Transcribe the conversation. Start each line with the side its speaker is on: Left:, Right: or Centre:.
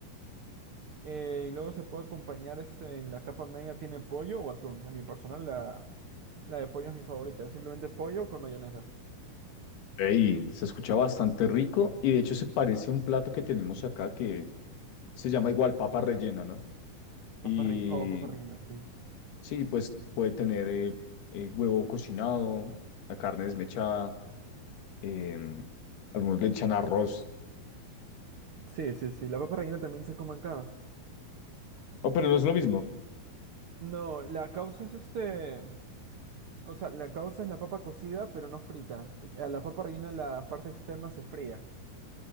Right: eh, y luego se puede acompañar ese- en la capa media tiene pollo o atún. En mi personal la, la de pollo es mi favorita. Simplemente pollo con mayonesa.
Left: Ey, se escucha bastante rico y de hecho se parece a un plato que tenemos acá que se llama igual papa rellena, ¿no?
Right: Papa
Left: Y
Right: rellena. Oh, papa rellena, sí.
Left: sí, pues puede tener eh, eh, huevo cocinado, la carne desmechada, em, algunos le echan arroz.
Right: Sí, sí, sí. La papa rellena también se come acá.
Left: Oh, pero no es lo mismo.
Right: No, la causa es este. O sea, la causa es la papa cocida, pero no frita. A la papa rellena la parte externa se fría.